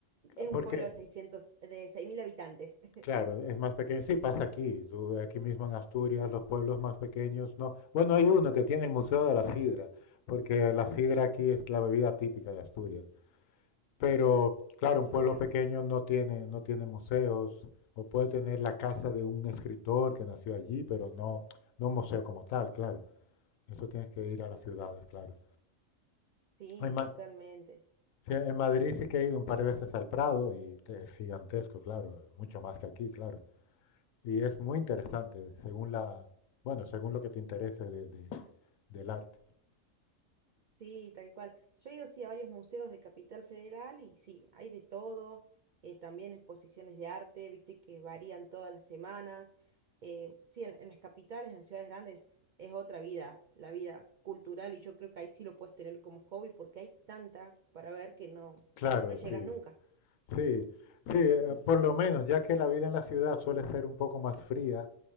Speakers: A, on the right (about 70°); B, on the left (about 80°).
A: Es
B: porque
A: un pueblo de seiscientos de seis mil habitantes. <laughs>
B: Claro, es más pequeño. Sí, pasa aquí, tú- aquí mismo en Asturias, los pueblos más pequeños, no. Bueno, hay uno que tiene el Museo de la Sidra, porque la sidra aquí es la bebida típica de Asturias. Pero, claro,
A: Mirá,
B: un pueblo pequeño no tiene, no tiene museos, o puede tener la casa de un escritor que nació allí, pero no, no un museo como tal, claro. Eso tienes que ir a las ciudades, claro.
A: sí,
B: En, Ma-
A: totalmente.
B: sí, en Madrid sí que he ido un par de veces al Prado y te- es gigantesco, claro, mucho más que aquí, claro. Y es muy interesante, según la, bueno, según lo que te interese de- de- del arte.
A: Sí, tal cual. Yo he ido sí a varios museos de Capital Federal y sí, hay de todo, eh, también exposiciones de arte, viste que varían todas las semanas. Eh, sí, en, en las capitales, en las ciudades grandes, es otra vida, la vida cultural, y yo creo que ahí sí lo puedes tener como hobby porque hay tanta para ver que no,
B: Claro,
A: no llegas
B: sí,
A: nunca.
B: sí, sí, eh, por lo menos, ya que la vida en la ciudad suele ser un poco más fría